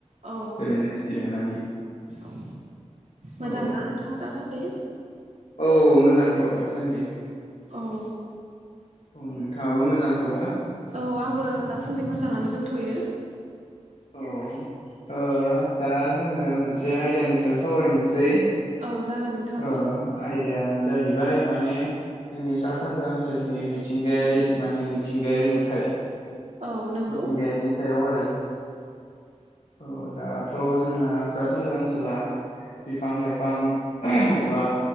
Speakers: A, on the right; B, on the left.
A: औ
B: ओरैनो जिरायनानै
A: औ मोजांना
B: औ
A: नोंथाङा दासान्दि?
B: औ मोजांथ' दासान्दि।
A: औ।
B: अह नोंथाङाबो मोजांथ'बा?
A: औ आंबो दासान्दि मोजाङानो दों थ'यो।
B: औ ओ दाना जों ओ मोनसे आयदानि सायाव सावरायनोसै।
A: औ जागोन नोंथां
B: अह आयदाया जाहैब बाय माने जोंनि सा सानजा ओनसोलनि मिथिंगायारि माने मिथिंगायारि नुथाय
A: औ नंगौ
B: मिथिंगायारिनि सायाव आरो। अह दाथ' जोंना सा सानजा ओनसोला बिफां लाइफां एबा